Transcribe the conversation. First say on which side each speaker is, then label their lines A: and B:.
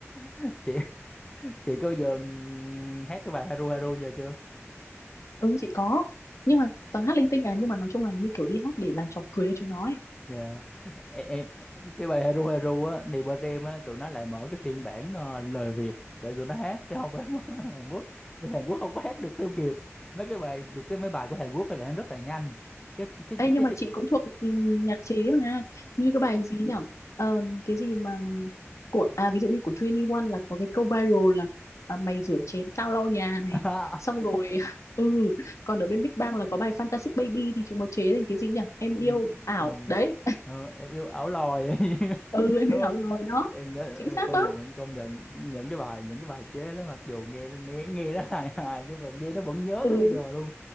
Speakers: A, on the left (about 15°); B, on the left (about 85°).
A: <laughs> chị chị có bao giờ ừm, hát cái bài Haru Haru giờ chưa
B: ừ chị có nhưng mà toàn hát linh tinh à nhưng mà nói chung là như kiểu đi hát để làm trò cười cho chúng nó ấy.
A: Dạ. Ê, ê, cái bài Heru Heru á thì bên em á tụi nó lại mở cái phiên bản ờ, lời Việt để tụi nó hát cái không phải mở <laughs> Hàn Quốc thì Hàn Quốc không có hát được theo kịp mấy cái bài được cái mấy bài của Hàn Quốc thì là nó rất là nhanh cái cái
B: Ê, nhưng
A: cái,
B: mà
A: cái...
B: chị cũng thuộc ừ, nhạc chế mà như cái bài gì nhỉ Ờ, cái gì mà của à ví dụ như của 21 là có cái câu viral là à, mày rửa chén tao lau nhà này
A: <laughs>
B: xong rồi <laughs> ừ còn ở bên Big Bang là có bài Fantastic Baby thì chúng nó chế thành cái gì nhỉ em
A: Ừ,
B: yêu ảo
A: ừ.
B: đấy
A: Ờ, em yêu ảo lòi <laughs>
B: ừ <laughs> em
A: đúng
B: yêu
A: không
B: ảo rồi đó
A: em nhớ
B: chính
A: em
B: xác
A: công
B: đó
A: nhận công nhận những cái bài những cái bài chế đó mặc dù nghe nghe nghe nó hài hài nhưng mà nghe nó vẫn nhớ
B: ừ
A: tới bây giờ luôn